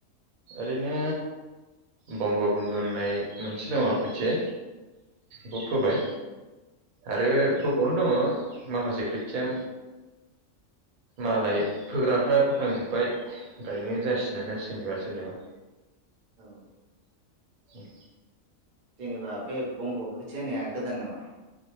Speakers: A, on the right (about 85°); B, on the right (about 40°).
A: ओरैनो बंग बन्दु होननाय मोनसे दङ खोथिया बेखौ फोबाय
B: औ
A: आरो फो अनो दङ माखासे खोथिया मालाय फोग्राफ्रा फोखांजोब्बाय गायनो जासिगोना सोरनिबा सोरनिबा।
B: औ।
A: ओम।
B: जेनेबा बे बंग' खोथिया होननाया गोदान नामा?